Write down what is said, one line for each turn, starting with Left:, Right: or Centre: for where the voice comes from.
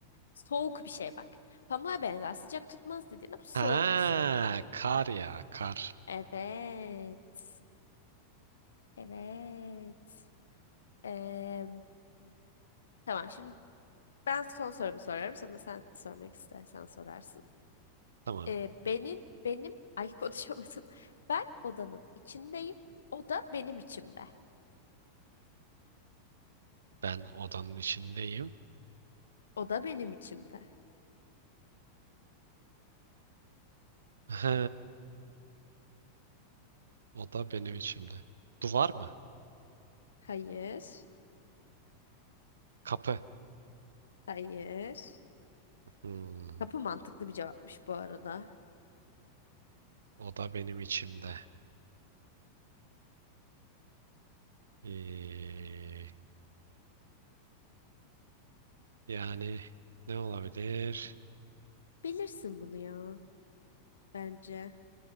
Left: Soğuk bir şey bak. Pamuğa benzer, sıcak tutmaz dediğinde bu soğuk
Right: Ha,
Left: bir şey.
Right: kar ya kar.
Left: Evet, evet. Em, tamam, şimdi ben son sorumu sorarım. Sonra sen sormak istersen sorarsın.
Right: Tamam.
Left: Ee, benim benim ay <laughs> konuşamadım. Ben odanın içindeyim. O da benim içimde.
Right: Ben odanın içindeyim.
Left: O da benim içimde.
Right: Ha, oda benim içimde. Duvar mı?
Left: Hayır.
Right: Kapı.
Left: Hayır.
Right: Hmm,
Left: Kapı mantıklı bir cevapmış bu arada.
Right: oda benim içimde. Eee, yani ne olabilir?
Left: Bilirsin bunu ya. Bence.